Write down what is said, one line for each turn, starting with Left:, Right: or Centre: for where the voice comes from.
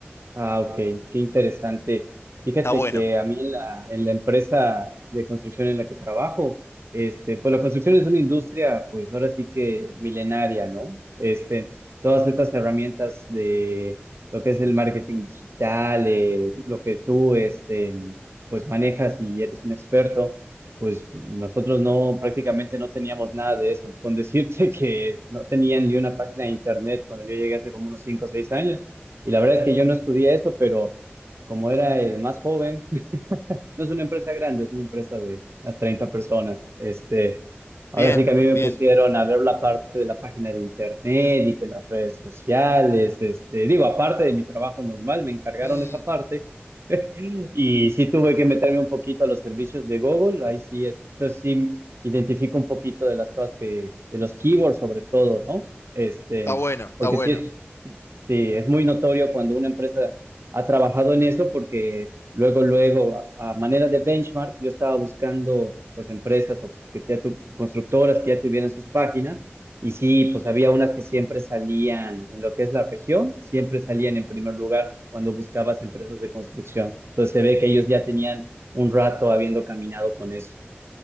Right: Ah, ok, qué interesante. Fíjate
Left: Está bueno.
Right: que a mí en la, en la empresa de construcción en la que trabajo, este, pues la construcción es una industria, pues ahora sí que milenaria, ¿no? Este, todas estas herramientas de lo que es el marketing digital, eh, lo que tú, este, pues manejas y eres un experto, pues nosotros no, prácticamente no teníamos nada de eso. Con decirte <laughs> que no tenía ni una página de internet cuando yo llegué hace como unos 5 o 6 años. Y la verdad es que yo no estudié eso, pero como era el más joven, <laughs> no es una empresa grande, es una empresa de unas 30 personas. Este,
Left: Bien,
Right: ahora sí que a mí me
Left: bien.
Right: pusieron a ver la parte de la página de internet y que las redes sociales, este, digo, aparte de mi trabajo normal, me encargaron
Left: Mm,
Right: esa parte <laughs> Y sí tuve que meterme un poquito a los servicios de Google, ahí sí es. Entonces sí identifico un poquito de las cosas que, de los keywords sobre todo, ¿no? Este,
Left: está bueno, está
Right: porque
Left: bueno.
Right: sí es, sí, es muy notorio cuando una empresa ha trabajado en eso porque luego, luego, a, a manera de benchmark, yo estaba buscando pues empresas o que ya tu, constructoras que ya tuvieran sus páginas y sí, pues había unas que siempre salían en lo que es la región, siempre salían en primer lugar cuando buscabas empresas de construcción. Entonces se ve que ellos ya tenían un rato habiendo caminado con eso.